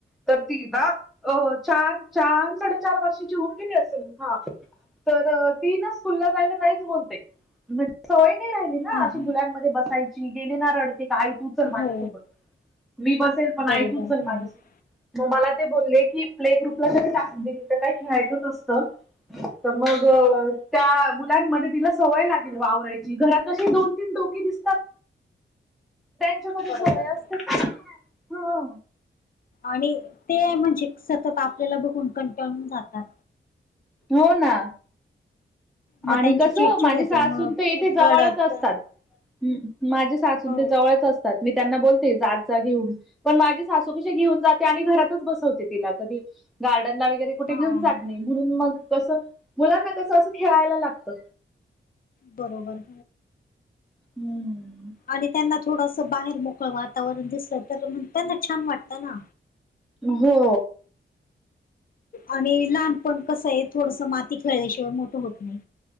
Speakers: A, in the centre; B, on the left.
A: तर ती ना अ चार चार साडेचार वर्षाची होऊन गेली असेल हा तर ती ना स्कूलला जायला नाहीच बोलते म्हण सवय नाही राहिली ना
B: हा
A: अशी
B: हा
A: मुलां बसायची गेलेणार रडते काय. तू माझ्यासोबत
B: हो
A: मी बसेल पण
B: बरोबर
A: ऐ तू च
B: हम्म
A: माझ्यासोबत मग मला ते बोलले की प्ले ग्रुपला करी टाक दे म तर काय खेळायचंच असतं. तमग त्या मुुलांमध्ये तिला सवय लागेल वावरायची घरात कशी दोन तीन डोके दिसतात. त्या
B: बरोबर
A: सवय
B: हो
A: असते ह.
B: आणि ते म्हणजे सतत आपल्याला बघून कंटाळून जातात.
A: हो ना,
B: मग
A: आणि
B: त्यांची
A: कसं
B: चिडचिड
A: माझे
B: होते
A: सासून
B: मग
A: तर इथे जवळच
B: रडत
A: असतात. ह माझे सासून
B: हो
A: ते जवळच असतात मी त्यांना बोलते जात जा घेऊन पण माझी सासू कशी घेऊन जाते आणि घरातच बसवते तिला कधी गार्डनला वगैरे कुठे
B: हा
A: घेऊन जात नाही म्हणून मग कसं मुलांना कसं असं खेळायला लागतं.
B: बरोबर.
A: हम्म
B: आणि त्यांना थोडस बाहेर मोकळ वातावरण दिसलं तरण त्यांना छान वाटतं ना,
A: हो.
B: आणि लहानपण कसं आहे थोडस माती खेळल्याशिवाय मोठं होत नाही.